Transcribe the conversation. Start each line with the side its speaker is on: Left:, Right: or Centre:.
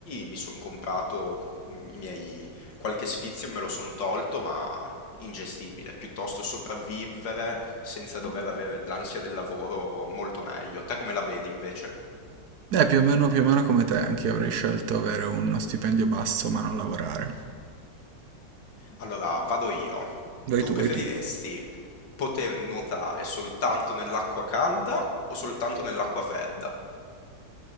Left: mi sono comprato qu- i miei qualche sfizio me lo sono tolto, ma ingestibile, piuttosto sopravvivere senza dover avere l'ansia del lavoro molto meglio. Te come la vedi invece?
Right: Eh, più o meno, più o meno come te, anche io avrei scelto avere uno stipendio basso ma non lavorare.
Left: Allora, vado io.
Right: Vai
Left: Tu
Right: tu,
Left: preferiresti
Right: vai tu.
Left: poter nuotare soltanto nell'acqua calda o soltanto nell'acqua fredda?